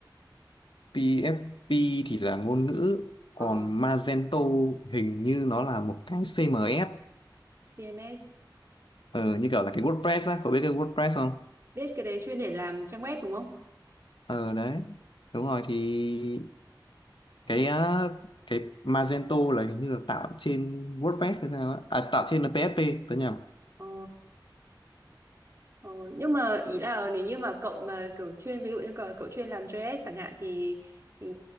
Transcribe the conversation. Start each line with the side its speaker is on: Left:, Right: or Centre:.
Left: PFP thì là ngôn ngữ
Right: ờ
Left: còn Magento hình như nó là một cái CMS
Right: CMS
Left: ờ, như kiểu là cái WordPress á cậu biết cái WordPress không
Right: biết cái đấy chuyên để làm trang web đúng không?
Left: ờ đấy đúng rồi thì cái á, cái Magento là hình như là tạo trên WordPress hay sao á à, tạo trên là PHP tớ nhầm
Right: Ờ, ờ, nhưng mà ý là nếu như mà cậu mà kiểu chuyên ví dụ như cậu, cậu chuyên làm JS chẳng hạn thì, thì